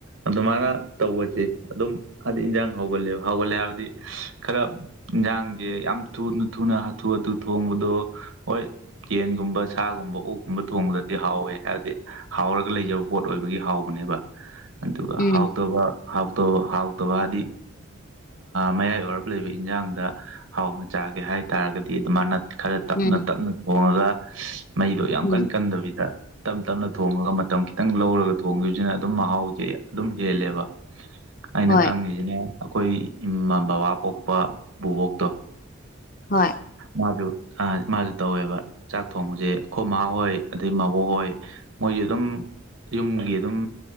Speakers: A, on the right; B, on the left.
A: ꯑꯗꯨꯃꯥꯏꯅ ꯇꯧꯕꯁꯦ ꯑꯗꯨꯝ ꯍꯥꯏꯗꯤ ꯏꯟꯁꯥꯡ ꯍꯧꯒꯠꯂꯦꯕ ꯍꯧꯒꯜꯂꯦ ꯍꯥꯏꯕꯗꯤ ꯈꯔ ꯌꯦꯟꯖꯥꯡꯁꯦ ꯌꯥꯝ ꯊꯨꯅ ꯊꯨꯅ ꯍꯥꯊꯨ ꯍꯥꯊꯨ ꯊꯣꯡꯕꯗꯣ ꯍꯣꯏ ꯌꯦꯟꯒꯨꯝꯕ ꯁꯥꯒꯨꯝꯕ ꯑꯣꯛ ꯀꯨꯝꯕ ꯊꯣꯡꯕꯗꯗꯤ ꯍꯥꯎꯋꯦ ꯍꯥꯢꯕꯗꯤ ꯍꯥꯎꯔꯒ ꯂꯩꯖꯕ ꯄꯣꯠ ꯑꯣꯢꯕꯒꯤ ꯍꯥꯎ ꯕꯅꯦꯕ ꯑꯗꯨꯒ
B: ꯎꯝ
A: ꯍꯥꯎꯇꯕ ꯍꯥꯎꯇꯕ ꯍꯥꯎ ꯕꯕꯥꯗꯤ ꯃꯌꯥꯏ ꯑꯣꯏꯔꯞ ꯂꯩꯕ ꯏꯟꯖꯥꯡꯗ ꯍꯥꯎꯅ ꯆꯥꯒꯦ ꯍꯥꯏꯇꯥꯔꯒꯗꯤ ꯑꯗꯨ ꯃꯥꯅ ꯈꯔ ꯇꯞꯅ
B: ꯎꯝ
A: ꯇꯞꯅ ꯊꯣꯡꯉꯒ <unintelligible> ꯃꯩꯗꯣ ꯌꯥꯝ
B: ꯎꯝ
A: ꯀꯟ ꯀꯟꯗꯕꯤꯗ ꯇꯞ ꯇꯞꯅ ꯊꯣꯡꯉꯒ ꯃꯇꯝ ꯈꯤꯇꯪ ꯂꯧꯔꯒ ꯊꯣꯡꯈꯤꯕꯁꯤꯅ ꯑꯗꯨꯝ ꯃꯍꯥꯎꯖꯦ ꯑꯗꯨꯝ ꯍꯦꯜꯂꯦꯕ ꯑꯩꯅ
B: ꯍꯣꯏ
A: ꯈꯪꯉꯤꯁꯤꯅ ꯑꯩꯈꯣꯏ ꯏꯃꯥ ꯕꯕꯥ ꯄꯣꯛꯄ ꯕꯕꯣꯛꯇꯣ
B: ꯍꯣꯏ
A: ꯃꯥꯖꯨ ꯑ ꯃꯥꯖꯨꯇꯧꯋꯦꯕ ꯆꯥꯛ ꯊꯣꯡꯕꯁꯦ ꯑꯩꯈꯣꯏꯃꯥ ꯍꯣꯏ ꯑꯗꯩ ꯃꯥꯕꯣꯛ ꯍꯣꯏ ꯃꯣꯏꯖꯨ ꯑꯗꯨꯝ ꯌꯨꯝꯒꯤ <unintelligible> ꯑꯗꯨꯝ